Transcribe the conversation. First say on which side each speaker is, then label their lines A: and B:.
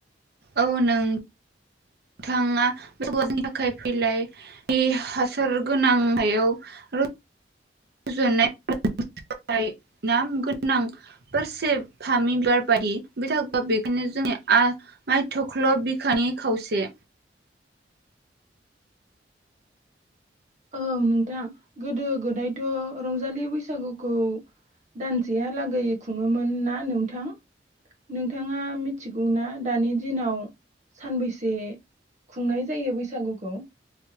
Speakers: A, on the right (about 60°); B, on the right (about 40°).
A: औ नों नोंथाङा बैसागु आ जोंनि थाखाय फैलाय बे हासार गोनां हायाव र रजानाय <unintelligible> गोनां बारसे फामि बिबार बादि बैसागु आ बेखायनो जोंनि आमाइथख्ल' बिखानि खावसे
B: औ नोंथां गोदो गोदायथ' रंजालि बैसागुखौ दानसेहालागै खुङोमोन ना नोंथां नोंथाङा मिथिगौ ना दानि दिनाव सानबैसे खुंनाय जायो बैसागुखौ?